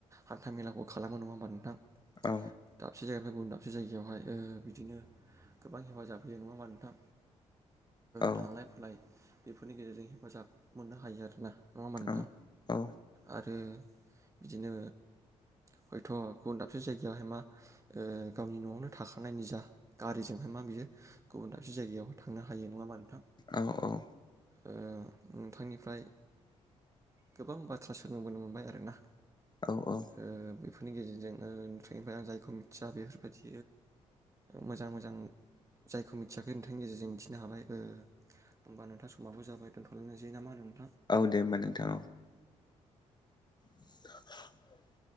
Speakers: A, on the right (about 20°); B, on the left (about 25°).
A: हान्था मेलाखौ खालामो नङा होमबा नोंथां।
B: औ
A: दाबसे जायगानिफ्राय गुबुन दाबसे जायगायावहाय ओ बिदिनो गोबां हेफाजाब होयो नङा होनबा नोथां।
B: औ
A: थांलाय फैलाय बेफोरनि गेजेरजों हेफाजाब मोननो हायो आरोना। नङा होमबा नोंथां
B: औ औ
A: आरो आरो बिदिनो हयथ गुबुन दाबसे जायगायावहाय मा गावनि न'आवनो थाखानाय निजा गारिजोंहाय मा बियो गुबुन दाबसे जायगायावहाय थांनो हायो नङा मा नोंथां।
B: औ औ।
A: नोंथांनिफ्राय गोबां बाथ्रा सोंबोनो मोनबाय आरो ना
B: औ औ
A: बे बेफोरनि गेजेरजों नोंथांनिफ्राय आं जायखौ मिथिया बेफोरबायदि मोजां मोजां जायखौ मिथियाखै नोंथांनि गेजेरजों मिथिनो हाबाय होमबा नोंथां समोमाबो जाबाय दोनथलायनाय जायो ना होननानै
B: औ दे होमबा नोंथां औ <inaudible>